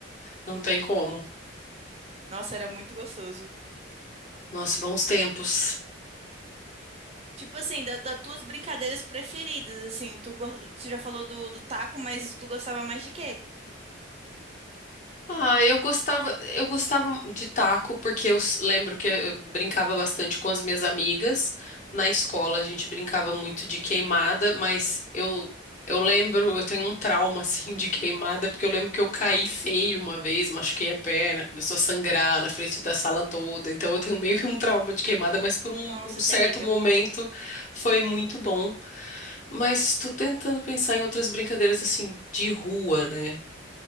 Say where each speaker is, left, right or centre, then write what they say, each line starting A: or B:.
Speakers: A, on the left (about 40°); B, on the right (about 30°).
A: não tem como.
B: Nossa, era muito gostoso.
A: Nossa, bons tempos.
B: Tipo assim, da- das tuas brincadeiras preferidas, assim, tu, go- tu já falou do, do taco, mas tu gostava mais de quê?
A: Ah, eu gostava, eu gostava de taco porque eu s- lembro que eu brincava bastante com as minhas amigas. Na escola a gente brincava muito de queimada, mas eu eu lembro, eu tenho um trauma <laughs> assim de queimada porque eu lembro que eu caí feio uma vez, machuquei a perna, começou a sangrar na frente da sala toda. Então eu tenho meio que um trauma de queimada, mas por um,
B: Nossa,
A: um certo
B: terrível.
A: momento foi muito bom. Mas estou tentando pensar em outras brincadeiras assim de rua, né?